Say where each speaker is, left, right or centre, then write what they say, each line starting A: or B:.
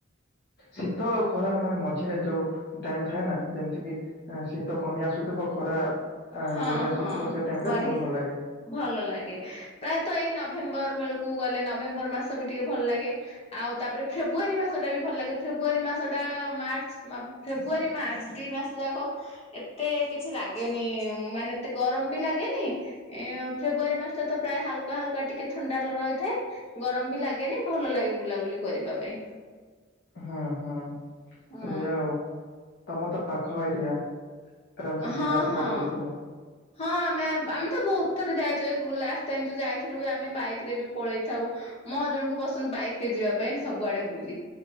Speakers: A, on the left (about 55°); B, on the left (about 30°).
A: ଶୀତ ଆଉ ଖରା ମାନେ ମଝିରେ ଯୋଉ ଟାଇମ୍ ଥାଏ ନା ଯେମତି କି ଶୀତ କମି ଆସୁଥିବ ଖରା ଆ
B: ହଁ
A: ବଢି ଆସୁଥିବ
B: ହଁ
A: ସେ ଟାଇମ
B: ବଢି
A: ରେ ବହୁତ ଭଲ ଲାଗେ।
B: ଭଲ ଲାଗେ ପ୍ରାୟତଃ ଏଇ ନ ନଭେମ୍ବର ବେଳକୁ ଗଲେ ନଭେମ୍ବର ମାସ ବି ଟିକେ ଭଲ ଲାଗେ ଆଉ ତାପରେ ଫେବୃଆରୀ ମାସଟା ବି ଭଲ ଲାଗେ ଫେବୃଆରୀ ମାସଟା ମାର୍ଚ୍ଚ ଫେବୃଆରୀ ମାର୍ଚ୍ଚ ଦି ମାସ ଯାକ ଏତେ କିଛି ଲାଗେ ଲାଗେନି ମାନେ ଏତେ ଗରମ ବି ଲାଗେନି ଫେବୃୁଆାରୀ ମାସ ଟା ତ ପ୍ରାୟ ହାଲକା ହାଲକା ଟିକେ ଥଣ୍ଡା ରହିଥାଏ ଗରମ ବି ଲାଗେନି ଭଲ ଲାଗେ ବୁଲାବୁଲି କରିବା ପାଇଁ
A: ହୁଁ ହୁଁ
B: ହଁ
A: ସେଇଆା ଆଉ ତମ ତ ପାଖ ଏରିଆ ଆରାମ ସେ
B: ହଁ
A: ଯିବା ଆସିବା
B: ହଁ
A: କରୁଥିବ।
B: ହଁ ଆମେ ଆମେ ତ ବହୁତ ତ ଯାଇଯାଇ ଲାଷ୍ଟ ଟାଇମ ଯାଇଥିଲୁ ଆମେ ବାଇକ ରେ ବି ପଳେଇ ଥାଉ ମୋ ହଜବେଣ୍ଡ କୁ ପସନ୍ଦ ବାଇକ ରେ ତ ଯିବା ପାଇଁ ସବୁଆଡେ ବୁଲି